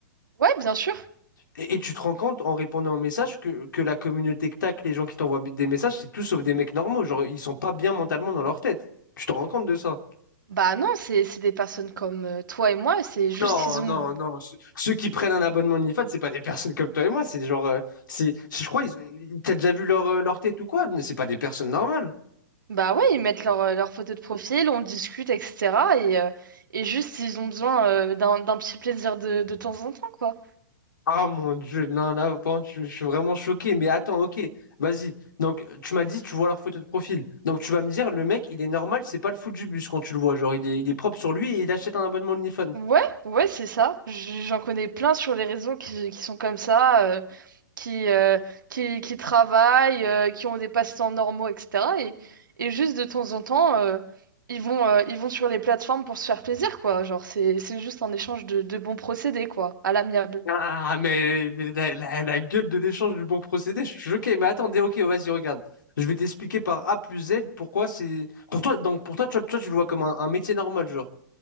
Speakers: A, on the right; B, on the left.
A: Ouais, bien sûr.
B: Et, et tu te rends compte en répondant aux messages que, que la communauté que tac, les gens qui t'envoient des messages, c'est tout sauf des mecs normaux. Genre, ils sont pas bien mentalement dans leur tête. Tu te rends compte de ça?
A: Bah non, c'est, c'est des personnes comme euh, toi et moi, c'est juste
B: Non,
A: qu'ils
B: non,
A: ont...
B: non. Ce- Ceux qui prennent un abonnement OnlyFans, c'est pas des <laughs> personnes comme toi et moi. C'est genre, euh, c'est, je crois, ils- ils- t'as déjà vu leur, euh, leur tête ou quoi? Mais c'est pas des personnes normales.
A: Bah ouais, ils mettent leur, euh, leur photo de profil, on discute, etc. Et, euh, et juste, ils ont besoin euh, d'un, d'un petit plaisir de, de temps en temps, quoi.
B: Ah mon Dieu, non, là, par contre, je, je suis vraiment choqué. Mais attends, ok, vas-y. Donc, tu m'as dit, tu vois leur photo de profil. Donc, tu vas me dire, le mec, il est normal, c'est pas le fou du bus quand tu le vois. Genre, il est, il est propre sur lui et il achète un abonnement OnlyFans.
A: Ouais, ouais, c'est ça. J- J'en connais plein sur les réseaux qui, qui sont comme ça, euh, qui, euh, qui, qui travaillent, euh, qui ont des passe-temps normaux, etc. Et, et juste de temps en temps, euh, ils vont, euh, ils vont sur les plateformes pour se faire plaisir, quoi. Genre, c'est, c'est juste un échange de, de bons procédés, quoi, à l'amiable.
B: Ah, mais la, la- la gueule de l'échange du bon procédé, je suis choqué. Mais attendez, ok, vas-y, regarde. Je vais t'expliquer par A plus Z pourquoi c'est. Pour toi, donc pour toi, tu, toi, tu le vois comme un, un métier normal, genre.